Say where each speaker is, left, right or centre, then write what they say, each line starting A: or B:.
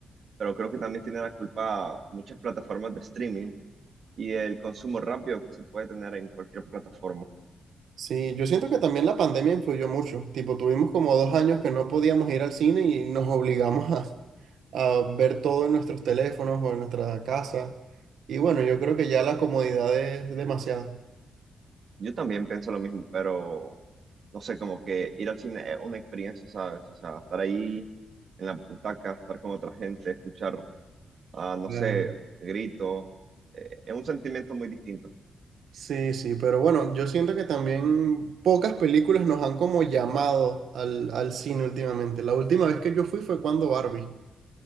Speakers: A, on the right; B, on the right.
A: pero creo que también tiene la culpa muchas plataformas de streaming y el consumo rápido que se puede tener en cualquier plataforma.
B: Sí, yo siento que también la pandemia influyó mucho. Tipo, tuvimos como dos años que no podíamos ir al cine y nos obligamos a, a ver todo en nuestros teléfonos o en nuestra casa. Y bueno, yo creo que ya la comodidad es demasiada.
A: Yo también pienso lo mismo, pero... no sé, como que ir al cine es una experiencia, ¿sabes? O sea, estar ahí en la butaca, estar con otra gente, escuchar, ah, no
B: Claro.
A: sé, gritos, eh, es un sentimiento muy distinto.
B: Sí, sí, pero bueno, yo siento que también pocas películas nos han como llamado al, al cine últimamente. La última vez que yo fui fue cuando Barbie.